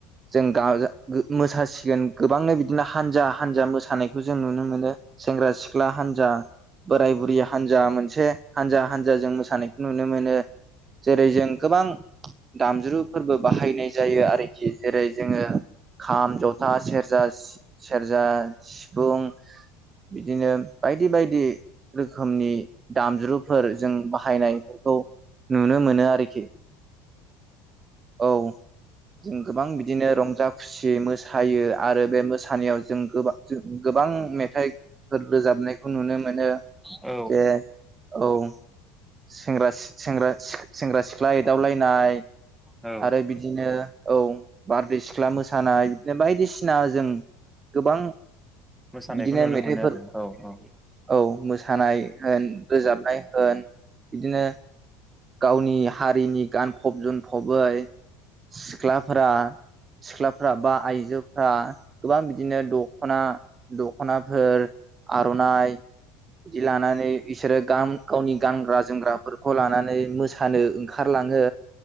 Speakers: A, on the right; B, in the centre.
A: जों गाजा मोसासिगोन गोबांनो बिदिनो हानजा हानजा मोसानायखौ जों नुनो मोनो सेंग्रा सिख्ला हानजा बोराय बुरि हानजा मोनसे हानजा हानजा जों मोसानायखौ नुनो मोनो जेरै जों गोबां दामजुफोरबो बाहायनाय जायो आरोखि जेरै जोङो खाम ज'था सेरजा सेरजा सिफुं बिदिनो बायदि बायदि। रोखोमनि दामज्रुफोर जों बाहायनायफोरखौ नुनो मोनो आरोखि औ जों गोबां बिदिनो रंजा खुसि मोसायो आरो बे मोसानायाव जों गोबां मेथाइफोर रोजाबनायखौ नुनो मोनो। जे
B: औ
A: औे सेंग्रा सेंग्रा सिख्ला एदावलायनाय
B: औ
A: आरो बिदिनो औ बारदै सिख्ला मोसानाय बिदिनो बायदिसिना जों गोबां-
B: मोसानायखौ
A: बिदिनो
B: नुनो
A: मेथाइफोर
B: मोनो आरो औ औ
A: औ मोसानाय होन रोजाबनाय होन बिदिनो गावनि हारिनि गानफब जोमफबै सिख्लाफोरा सिख्लाफ्रा बा आइजोफ्रा गोबां बिदिनो दखना दखनाफोर आर'नाइ बिदि लानानै बिसोरो गाम गावनि गानग्रा जोमग्राफोरखौ लानानै मोसानो ओंखारलाङो